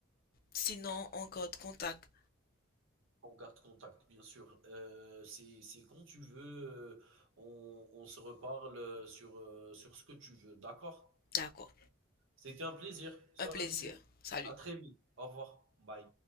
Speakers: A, on the left (about 45°); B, on the right (about 65°).
A: Sinon, on garde contact.
B: On garde contact, bien sûr. Euh, c'est c'est quand tu veux, euh, on, on se reparle sur, euh, sur ce que tu veux. D'accord
A: D'accord.
B: C'était un plaisir. Salut.
A: Un plaisir. Salut.
B: À très vite. Au revoir. Bye.